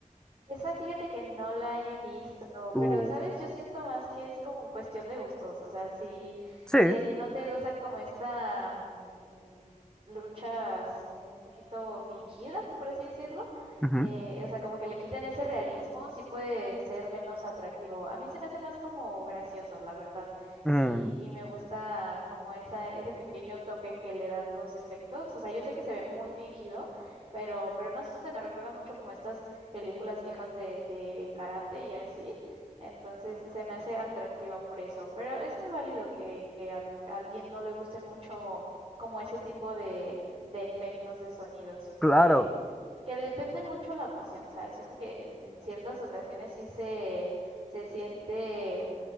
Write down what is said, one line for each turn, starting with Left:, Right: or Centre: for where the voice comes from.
Right: Esa fíjate que no la he visto,
Centre: Uh,
Right: pero sabes, yo siento más que es como cuestión de gustos, o sea, si,
Centre: sí.
Right: si a ti no te gusta como esta mm, mm, luchas como un poquito fingidas, por así decirlo,
Centre: ujú.
Right: eh, o sea, como que le quiten ese realismo, sí puede ser menos atractivo. A mí se me hace más como gracioso, la verdad,
Centre: Mm,
Right: y, y me gusta como esa, ese pequeño toque que le dan los efectos, o sea, yo sé que se ve muy fingido pero, pero no se me recuerda mucho como estas películas viejas de, de karate y así. Entonces se me hace atractivo por eso. Pero es muy válido que, que a a alguien no le guste mucho como ese tipo de, de efectos de sonido. Siento
Centre: claro,
Right: que, que depende mucho la ocasión. O sea, siento que en, en ciertas ocasiones sí se, se siente